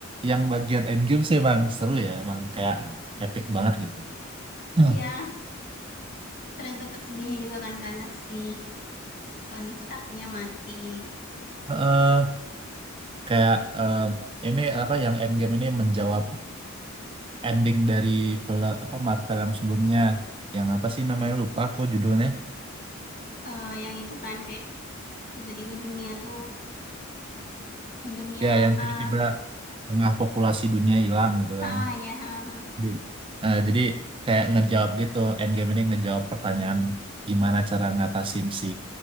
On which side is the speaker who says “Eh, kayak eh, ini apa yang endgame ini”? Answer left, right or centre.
Right